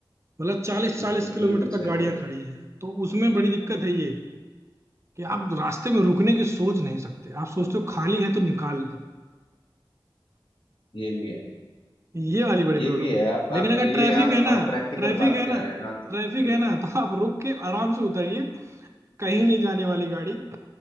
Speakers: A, on the right; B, on the left.
A: मतलब चालीस
B: बिल्कुल
A: चालीस किलोमीटर
B: बिल्कुल
A: तक
B: सही
A: गाड़ियां
B: बोल रहे
A: खड़ी
B: हो।
A: हैं तो उसमें बड़ी दिक्कत है ये कि आप रास्ते में रुकने की सोच नहीं सकते आप सोचते हो खाली है तो निकाल लो
B: ये भी है
A: ये वाली बड़ी
B: ये
A: प्रॉब्लम
B: भी है आप
A: लेकिन
B: आप
A: अगर
B: ये
A: ट्रैफिक
B: आप
A: है ना
B: प्रैक्टिकल
A: ट्रैफिक
B: बात
A: है ना
B: कह रहे हैं हाँ
A: ट्रैफिक
B: बिल्कुल
A: है ना तो आप रुक के आराम से उतरिए कहीं नहीं जाने वाली गाड़ी